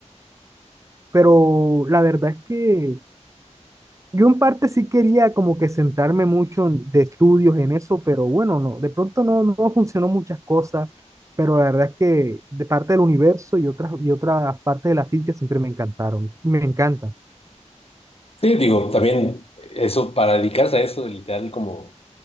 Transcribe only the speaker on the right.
pero la verdad es que yo en parte sí quería como que centrarme mucho en- de estudios en eso, pero bueno, no, de pronto no, no funcionó muchas cosas, pero la verdad es que de parte del universo y otras, y otras partes de la física siempre me encantaron, me encantan.